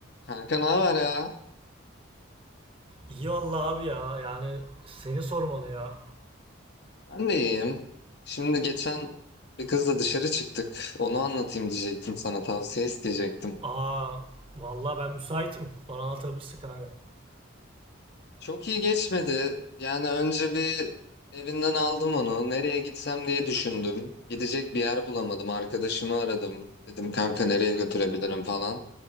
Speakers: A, on the left (about 55°); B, on the right (about 25°).
A: Kanka ne haber ya?
B: İyi valla abi ya. Yani seni sormalı ya.
A: Ben de iyiyim. Şimdi geçen bir kızla dışarı çıktık. Onu anlatayım diyecektim sana tavsiye isteyecektim.
B: Aa valla ben müsaitim. Bana anlatabilirsin kanka.
A: Çok iyi geçmedi. Yani önce bir evinden aldım onu. Nereye gitsem diye düşündüm. Gidecek bir yer bulamadım. Arkadaşımı aradım. Dedim kanka nereye götürebilirim falan.